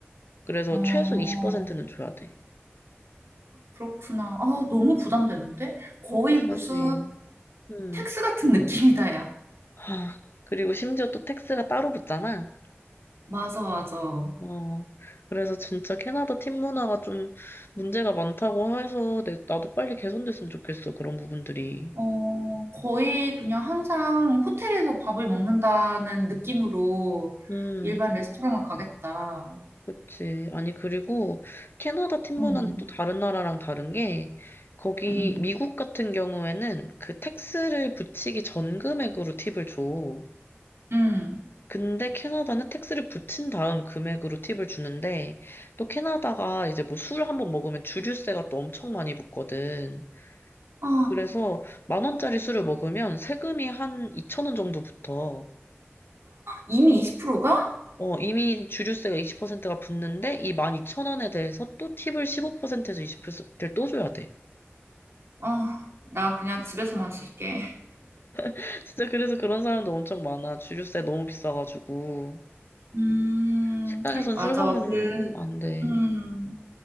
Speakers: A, on the left; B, on the right.
A: 그래서
B: 어,
A: 최소 20%는 줘야 돼.
B: 그렇구나. 아, 너무 부담되는데? 거의
A: 너무 비싸지.
B: 무슨
A: 음.
B: 텍스 같은 느낌이다, 야.
A: 하, 그리고 심지어 또 텍스가 따로 붙잖아.
B: 맞아, 맞아.
A: 어, 그래서 진짜 캐나다 팀 문화가 좀 문제가 많다고 해서 내, 나도 빨리 개선됐으면 좋겠어, 그런 부분들이.
B: 어, 거의 그냥 항상 호텔에서 밥을 먹는다는 느낌으로
A: 음,
B: 일반 레스토랑을 가겠다.
A: 그치. 아니, 그리고 캐나다 팀
B: 음,
A: 문화는 또 다른 나라랑 다른 게, 거기
B: 음, 음.
A: 미국 같은 경우에는 그 택스를 붙이기 전 금액으로 팁을 줘.
B: 음.
A: 근데 캐나다는 택스를 붙인 다음 금액으로 팁을 주는데, 또 캐나다가 이제 뭐 술 한 번 먹으면 주류세가 또 엄청 많이 붙거든.
B: 아,
A: 그래서 만 원짜리 술을 먹으면 세금이 한 2천 원 정도 붙어.
B: 이미 20%가?
A: 어, 이미 주류세가 20%가 붙는데 이만2천원에 대해서 또 팁을 15%에서 20%를 또 줘야 돼.
B: 아, 나 그냥 집에서 마실게.
A: <laughs> 진짜 그래서 그런 사람도 엄청 많아. 주류세 너무 비싸가지고.
B: 음,
A: 식당에선
B: 맞아.
A: 술 먹는
B: 그,
A: 안 돼.
B: 음,